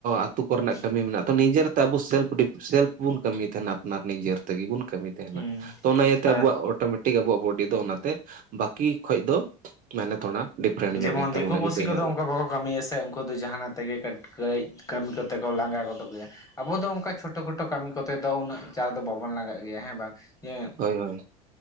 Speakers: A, on the right (about 45°); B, on the left (about 15°).
A: ᱟᱸᱛᱩ ᱠᱚᱨᱮᱱᱟᱜ
B: ᱦᱩᱸ
A: ᱠᱟᱹᱢᱤ ᱢᱮᱱᱟᱜ ᱛᱚ ᱱᱤᱡᱮᱨ ᱟᱵᱚ ᱥᱮᱞᱯᱷ ᱥᱮᱞᱯ ᱵᱚᱱ ᱠᱟᱹᱢᱤ ᱛᱟᱦᱮᱱᱟ ᱟᱯᱱᱟᱨ ᱱᱤᱡᱮᱨ ᱛᱮᱜᱮ ᱵᱚᱱ ᱠᱟᱹᱢᱤ ᱛᱟᱦᱮᱱᱟ᱾
B: ᱦᱩᱸ
A: ᱛᱚ ᱚᱱᱟ ᱤᱭᱟᱹ ᱛᱮ
B: ᱟᱨ
A: ᱟᱵᱚᱣᱟᱜ ᱚᱴᱳᱢᱮᱴᱤᱠ ᱟᱵᱚᱣᱟᱜ ᱵᱚᱰᱤ ᱫᱚ ᱚᱱᱟᱛᱮ ᱵᱟᱹᱠᱤ ᱠᱷᱚᱱ ᱫᱚ ᱢᱟᱱᱮ ᱛᱷᱚᱲᱟ ᱰᱤᱯᱷᱟᱨᱮᱱᱴ ᱧᱚᱜ
B: ᱡᱮᱢᱚᱱ
A: ᱜᱮᱛᱟᱵᱚᱱᱟ
B: ᱫᱤᱠᱳ ᱯᱩᱥᱤ
A: ᱡᱩᱫᱟᱹ
B: ᱠᱚᱫᱚ
A: ᱧᱚᱜ ᱜᱮ
B: ᱚᱝᱠᱟ ᱵᱟᱠᱚ ᱠᱟᱹᱢᱤᱭᱟ ᱥᱮ ᱾ ᱥᱮ ᱩᱝᱠᱩ ᱫᱚ ᱡᱟᱦᱟᱱᱟ ᱛᱮᱜᱮ ᱠᱟᱴ ᱠᱟᱹᱡ ᱠᱟᱹᱢᱤ ᱠᱟᱛᱮ ᱠᱚ ᱞᱟᱸᱜᱟ ᱜᱚᱫᱚᱜ ᱜᱮᱭᱟ, ᱟᱵᱚ ᱫᱚ ᱚᱝᱠᱟ ᱪᱷᱚ ᱴᱩᱠᱩ-ᱴᱩᱠᱩ ᱠᱟᱹᱢᱤ ᱠᱚᱛᱮ ᱫᱚ, ᱩᱱᱟᱹᱜ ᱪᱟᱰ ᱫᱚ, ᱵᱟᱵᱚᱱ ᱞᱟᱸᱜᱟᱜ ᱜᱮᱭᱟ, ᱦᱮᱸ ᱵᱟᱝ? ᱡᱮ
A: ᱦᱳᱭ ᱦᱳᱭ,